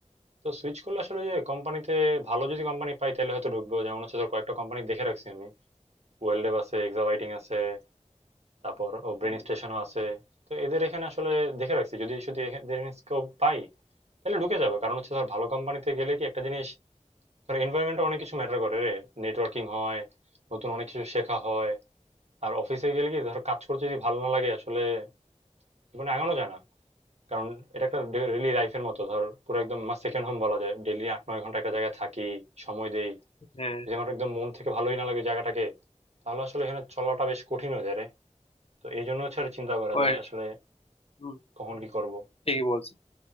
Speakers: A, on the right; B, on the left.
A: তো সুইচ করলে আসলে যে কোম্পানিতে ভালো যদি কোম্পানি পাই তাহলে হয়তো ঢুকবো যেমন হচ্ছে তোর কয়েকটা কোম্পানি দেখে রাখছি আমি ওয়েলডেভ আছে এক্সাবাইটিং আছে তারপর ও ব্রেন
B: হুম,
A: স্টেশনও আছে তো এদের এখানে আসলে দেখে রাখছি যদি যদি এদের স্কোপ পাই তাহলে ঢুকে যাবে কারণ হচ্ছে ধর ভালো কোম্পানিতে গেলে কি একটা জিনিস ধর এনভায়রনমেন্টে অনেক কিছু ম্যাটার করে রে নেটওয়ার্কিং হয় নতুন অনেক কিছু শেখা হয় আর অফিসে গেলে কি ধর কাজ করতে যদি ভালো না লাগে আসলে জীবনে আগানো যায় না কারণ এটা একটা ডেইলি লাইফের মতো ধর পুরো একদম আমার সেকেন্ড হোম বলা যায় ডেইলি আট নয় ঘন্টা একটা জায়গায় থাকি সময় দেই
B: হ্যাঁ
A: যদি আমার একদম মন থেকে ভালোই না লাগে জায়গাটাকে তাহলে আসলে এখানে চলাটা বেশ কঠিন হয়ে যায় রে তো এই জন্য হচ্ছে আর চিন্তা করা
B: ওই
A: যে আসলে
B: হুম,
A: কখন
B: হুম,
A: কি করব
B: ঠিকই বলছিস